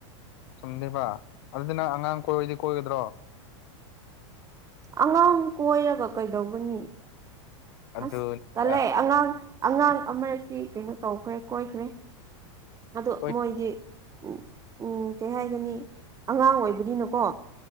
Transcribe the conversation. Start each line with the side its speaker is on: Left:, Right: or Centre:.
Left: ꯆꯨꯝꯗꯦꯕ ꯑꯗꯨꯗꯤ ꯅꯪ ꯑꯉꯥꯡ ꯀꯣꯏꯌꯣꯗꯤ ꯀꯣꯏꯒꯗ꯭ꯔꯣ
Right: ꯑꯉꯥꯡ ꯀꯣꯏꯔꯒ ꯀꯩꯗꯧꯒꯅꯤ
Left: ꯑꯗꯨꯅꯤꯗ
Right: ꯑꯁ ꯇꯜꯂꯦ ꯑꯉꯥꯡ ꯑꯉꯥꯡ ꯑꯃ ꯁꯤ ꯀꯩꯅꯣ ꯇꯧꯈ꯭ꯔꯦ ꯀꯣꯏꯈ꯭ꯔꯦ ꯑꯗꯣ
Left: ꯀꯣꯏ
Right: ꯃꯣꯏꯗꯤ ꯎꯝ ꯎꯝ ꯀꯩ ꯍꯥꯏꯒꯅꯤ ꯑꯉꯥꯡ ꯑꯣꯏꯕꯅꯤꯅꯀꯣ